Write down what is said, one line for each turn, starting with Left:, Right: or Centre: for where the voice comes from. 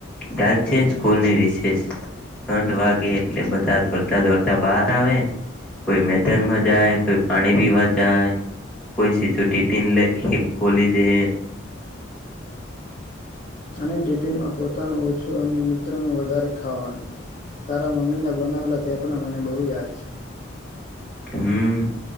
Centre: યાદ છે સ્કૂલની રિસેસ, ઘંઠ વાગે એટલે બધા દોડતા દોડતા બહાર આવે, કોઈ મેદાનમાં જાય કોઈ પાણી પીવા જાય, કોઈ સીધું ટિફિન લઈ ખે ખોલી દેન.
Left: અને ટિફિનમાં પોતાનું ઓછું અને મિત્રનું વધારે ખાવાનું. તારા મમ્મીનાં બનાવેલા તે પણ મને બહુ યાદ છે.
Centre: હમ